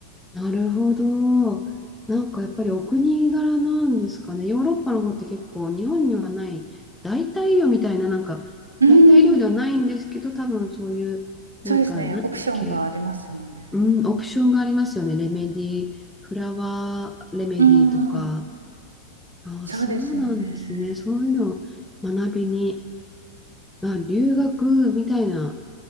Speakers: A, in the centre; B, on the right (about 75°).
A: なるほど。なんかやっぱりお国柄なんですかね。ヨーロッパの方って結構日本にはない代替魚みたいな、なんか代替料ではないんですけど、
B: うん、
A: 多分そういう、なんか、
B: そうですね。
A: なんだっけ、
B: オプションが出ますよね。
A: うん、オプションがありますよね。レメディー、フラワーレメディーとか。
B: うん。
A: ああ、
B: そうですね。
A: そうなんですね。そういうのを学びに、あ、留学みたいな